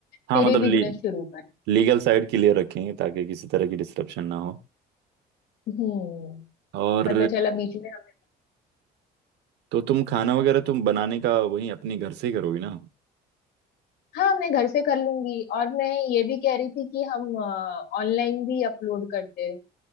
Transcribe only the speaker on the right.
हाँ
मतलब
ली,
लीगल साइड क्लियर रखेंगे ताकि किसी तरह की डिस्टरप्शन ना हो
और
तो तुम खाना वगैरह तुम बनाने का वहीं अपने घर से ही करोगी ना